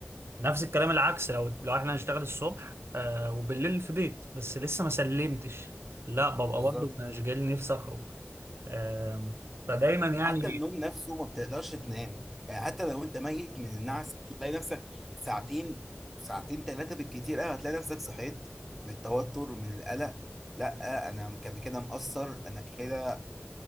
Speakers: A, on the right; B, in the centre.
A: نفس الكلام العكس لو لو احنا هنشتغل الصبح آه وبالليل فضيت بس لسه ما سلمتش لا ببقى
B: بالظبط
A: برضه انا مش جاي نفسي اخرج آه فدايما يعني
B: حتى النوم نفسه ما بتقدرش تنام يعني حتى لو انت ميت من النعس هتلاقي نفسك ساعتين ساعتين ثلاثة بالكتير قوي هتلاقي نفسك صحيت من التوتر من القلق لا انا كان كده مقصر انا كده